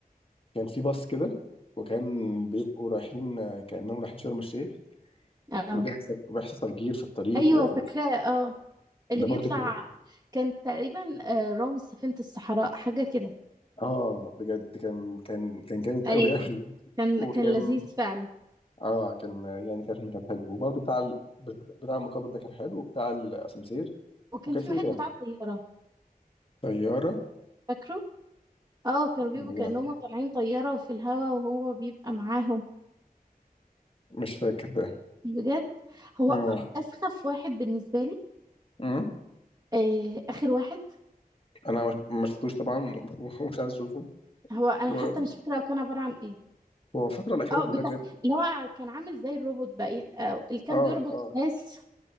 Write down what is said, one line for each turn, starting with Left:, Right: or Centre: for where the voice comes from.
Left: كان في باص كده وكان بيبقوا رايحين كانهم رايحين شرم الشيخ
Right: اه
Left: وبيحصل وبيحصل تفجير في الطريق
Right: ايوه
Left: و-
Right: فاكراه اه اللي
Left: وده
Right: بيطلع
Left: برضو كان
Right: كان تقريبا آه، رامز سفينة الصحراء حاجة كده
Left: اه بجد كان كان كان جامد
Right: ايوه
Left: قوي قوي
Right: كان
Left: وكان
Right: كان لذيذ فعلا
Left: اه كان يعني كان كان حلو وبرضو بتاع ال- بتاع المقابر ده كان حلو وبتاع الاسانسير
Right: وكان
Left: وكان
Right: في
Left: في
Right: واحد
Left: ايه تاني
Right: بتاع طيارة
Left: طياره
Right: فاكره اه كانوا بيبقوا
Left: لا
Right: كأنهم طالعين طيارة في الهوا وهو بيبقى معاهم
Left: مش فاكر ده
Right: بجد هو
Left: امم
Right: أسخف واحد بالنسبة لي
Left: أمم.
Right: آه آخر واحد
Left: انا ما ما شفتوش طبعا <laughs> ومش عايز اشوفه
Right: هو أنا
Left: و-
Right: حتى مش فاكرة هو كان عبارة عن ايه
Left: هو الفترة الأخيرة
Right: اه
Left: كلها
Right: بتاع
Left: بجد
Right: اللي هو كان عامل زي الروبوت بقى آه اللي كان
Left: اه
Right: بيربط
Left: اه
Right: الناس